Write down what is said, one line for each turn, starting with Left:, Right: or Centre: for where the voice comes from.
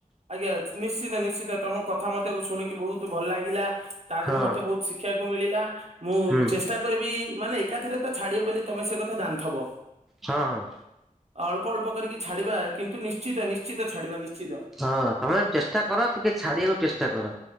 Right: ଆଜ୍ଞା ନିଶ୍ଚିତ ନିଶ୍ଚିତ ତମ କଥା କଥା ମତେ ଶୁଣିକି ବହୁତ ଭଲ ଲାଗିଲା ତା
Centre: ହଁ
Right: ଦେହରୁ ମତେ ବହୁତ ଶିଖିବାକୁ ମିଳିଲା ମୁଁ
Centre: ହୁଁ
Right: ଚେ ଚେଷ୍ଟା କରିବି ମାନେ ଏକାଥରେ ତ ଛାଡି ହବନି ତମେ ସେ କଥା ଜାଣିଥବ?
Centre: ହଁ ହଁ।
Right: ଅଳ୍ ଅଳ୍ କରିକି ଛାଡିବା କିନ୍ତୁ ନିଶ୍ଚିତ ନିଶ୍ଚିତ ଛାଡିବା ନିଶ୍ଚିତ।
Centre: ହଁ ତମେ ଚେଷ୍ଟା କର ଟିକେ ଛାଡିବାକୁ ଚେଷ୍ଟା କର।